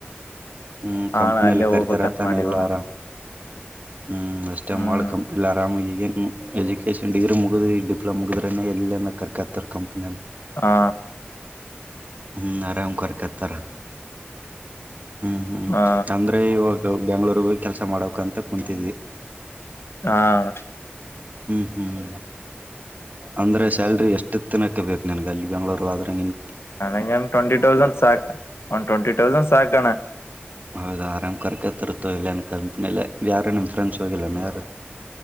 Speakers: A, on the right; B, on the left.
A: ಹ್ಮ್
B: ಹಾ
A: ಕಂಪ್ನಿಯಲ್ಲಿ
B: ಅಣ್ಣ ಅಲ್ಲೇ
A: ಕರಿತಾರತಾನ
B: ಹೋಗ್ಬೇಕಂತ ಮಾಡಿವಣ್ಣ
A: ಎಲ್ಲಾರ ಹ್ಮ್ ಅಷ್ಟ
B: ಹ್ಮ್
A: ಮಾಡ್ ಕಂಪ್ನಿಲ್ಲಿ ಆರಾಮ ಈಗನ್ ಹ್ಮ್ ಎಜುಕೇಶನ್ ಡಿಗ್ರಿ ಮುಗಿದ ಡಿಪ್ಲೊಮ ಮುಗಿದ್ರ ಎಲ್ಲೆಲ್ಲ ಕರ್ಕತ್ತ ಕಂಪ್ನಿಯಲ್ಲಿ
B: ಹಾ
A: ಹ್ಮ ಆರಾಮ್ ಕರ್ಕತರ ಹ್ಮ್ ಹ್ಮ್
B: ಹಾ
A: ಅಂದ್ರೆ ಇವಾಗ ಬೆಂಗ್ಳೂರ್ ಕೆಲ್ಸ ಮಾಡಕ್ ಅಂತ ಕುಂತಿದ್ವಿ
B: ಹಾ ರಿ
A: ಹ್ಮ್ ಹ್ಮ್ ಅಂದ್ರೆ ಸ್ಯಾಲ್ರಿ ಎಷ್ಟು ತನಕ್ಕೆ ಬೇಕು ನನ್ಗ ಅಲ್ಲಿ ಬೆಂಗ್ಳೂರು ಆದ್ರೆ ನೀನ್
B: ಅ ಟ್ವೆಂಟಿ ತೌಸ್ ಸಾ ಒನ್ ಟ್ವೆಂಟ ತೌಸಂಡ್ ಸಾಕಣ
A: ಹೌದು ಆರಾಮ್ ಕರ್ಕ ತರತೋ ಇಲ್ಲನ್ ಕಂಪ್ನಿಯಲ್ಲ ಯಾರು ನಿಮ ಫ್ರೆಂಡ್ಸ್ ಹೋಗಿಲ್ಲಾನ ಯಾರ